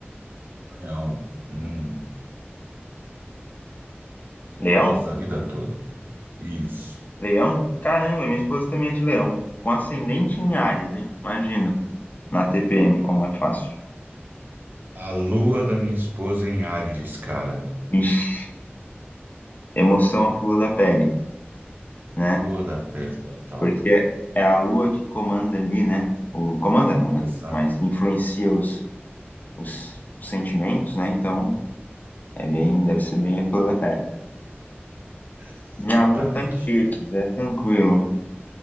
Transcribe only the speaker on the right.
Leão. Hum, idosa
a vida toda. Isso.
A lua da minha esposa é em Áries, cara.
Flor da pele total.
Exa-
exatamente.